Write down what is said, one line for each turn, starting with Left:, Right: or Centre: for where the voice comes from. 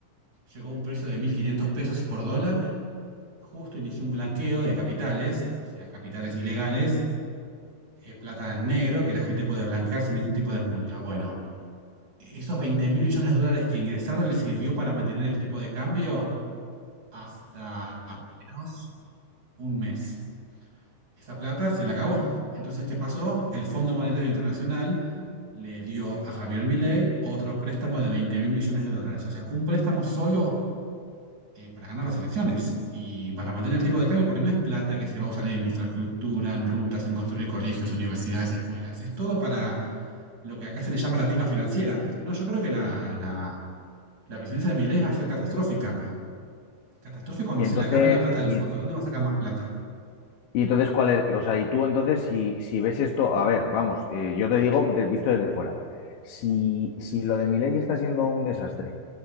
Right: llegó a un precio de 1.500 pesos por dólar justo inició un blanqueo de capitales, o sea, capitales ilegales, eh, plata en negro que la gente puede blanquear sin ningún tipo de multa. Bueno, esos veinte mil millones de dólares que ingresaron les sirvió para mantener el tipo de cambio hasta menos un mes. Esa plata se la acabó. Entonces, ¿qué pasó? El Fondo Monetario Internacional le dio a Javier Milei otro préstamo de veinte mil millones de dólares. O sea, un préstamo solo eh, para ganar las elecciones y para mantener el tipo de cambio, porque no es plata que se va a usar en infraestructura, en rutas, en construir colegios, universidades, escuelas, es todo para lo que acá se le llama la timba financiera. No, yo creo que la, la, la presidencia de Milei va a ser catastrófica. Catastrófica cuando
Left: Y
Right: se
Left: entonces,
Right: le acabe la plata del
Left: y,
Right: fondo. ¿Dónde va a sacar más plata?
Left: y entonces, ¿cuál es? O sea, y tú entonces, si, si ves esto, a ver, vamos, eh, yo te digo, te, visto desde fuera, si, si lo de Milei está siendo un desastre